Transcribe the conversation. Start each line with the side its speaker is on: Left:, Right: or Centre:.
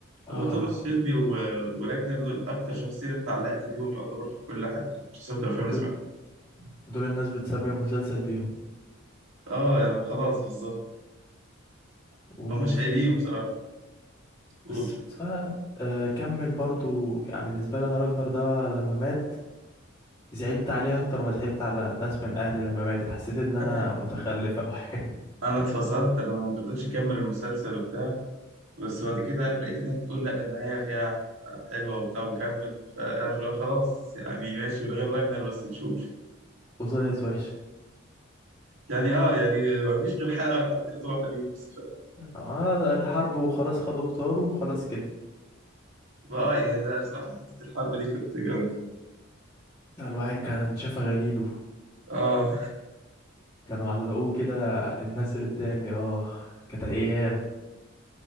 Left: اه
Right: هو توماس شيلبي و- وراجنر دول أكتر شخصين أنت علقت بيهم يعتبر في كل حاجة مسلسلات الأفلام اللي
Left: دول
Right: سمعتها
Left: دول الناس بتسمي المسلسل بيهم
Right: اه يعني خلاص بالظبط
Left: وفي
Right: هما شايلين بصراحة
Left: بس
Right: قول
Left: بس- آه آه، كمل برضو يعني بالنسبة لي انا راجنر ده لما مات زعلت عليها اكتر ما زعلت على ناس من اهلي لما ماتت حسيت ان انا
Right: أنا
Left: متخلف او حاجه
Right: أنا اتفصلت أنا ما قدرتش أكمل المسلسل وبتاع بس بعد كده عارف لقيت الناس بتقول لا النهاية فيها حلوة وبتاع وكمل فعارف اللي هو خلاص يعني ماشي من غير راجنر بس نشوف
Left: <laughs> وطلعت وحشه
Right: يعني اه يعني ما فيش غير حلقة ولا حلقتين اللي طلعوا حلوين بس ف...
Left: آه، الحرب وخلاص خدوا بطاره وخلاص كده
Right: اه يعني لا بصراحة حتة الحرب دي كانت جامدة
Left: الواحد كان شافه غليله
Right: اه
Left: كانوا علقوه كده الناس اللي قدامي اه كانت ايام